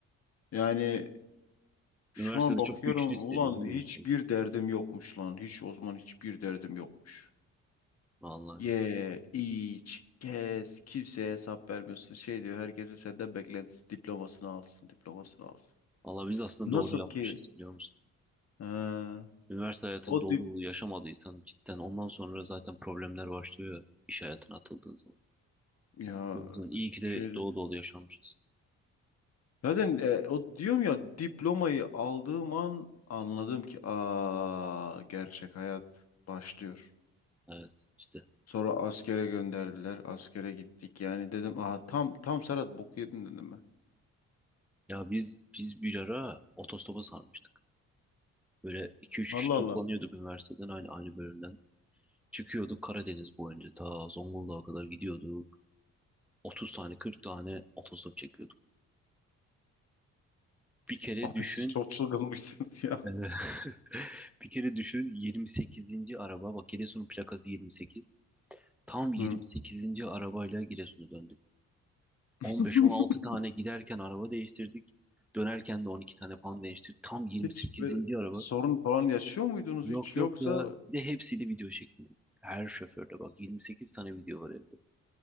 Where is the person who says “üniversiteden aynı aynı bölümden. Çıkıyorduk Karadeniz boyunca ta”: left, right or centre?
Centre